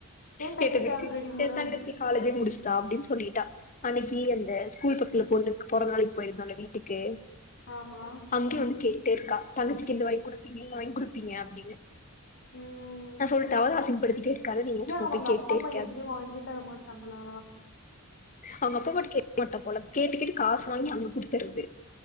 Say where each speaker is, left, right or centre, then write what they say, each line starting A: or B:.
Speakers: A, on the left (about 55°); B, on the left (about 35°).
A: ஏ தங்கச்சி
B: கேட்டதுக்கு
A: ஆல்ரெடி மூணாவது
B: தங்கச்சி காலேஜ் முடிச்சுட்டா அப்டின்னு சொல்லிட்டா <unintelligible> நீ அந்த ஸ்கூல் பக்கத்துல பொண்ணு பொறந்த நாளைக் போயிருந்தோல்ல வீ ட்டுக்கு
A: ஆமா
B: அங்யு வந்து கேட்டேருக்கா தங்கச்சிக்கு இந்து வாங் குடுப்பீங்க இத வாங்குடுப்பீங்க அப்டின்னு
A: ம்
B: நா சொல்ட்டா அவதா அசிங்கப்படுத்திட்டே இருக்காத நீ ஏ சும்மா
A: அவங்க
B: போய் கேட்டே
A: அப்பா அம்மா
B: இருக்க
A: எதுவுமே வாங்கியே தர மாட்டாங்களா
B: அவுங்க அப்பம்மாட்ட கேக் மாட்டா போல கேட்டு கேட்டு காசு வாங்கி அங்க குடுத்தர்றது